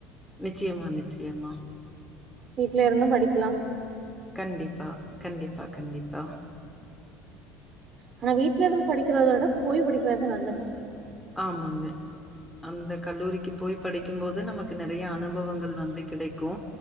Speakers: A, in the centre; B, on the right (about 45°).
A: நிச்சயமா நிச்சயமா
B: வீட்ல இருந்து படிக்கலா
A: கண்டிப்பா கண்ட ப்பா கண்டிப்பா
B: ஆனா வீட்ல இருந்து படிக்கிறத விட போய் படிக்கிறதுதா நல்லது
A: ஆமாங்க அந்த கல்லூரிக்கு போய் படிக்கும் போது நமக்கு நெறய அனுபவங்கள் வந்து கிடைக்கு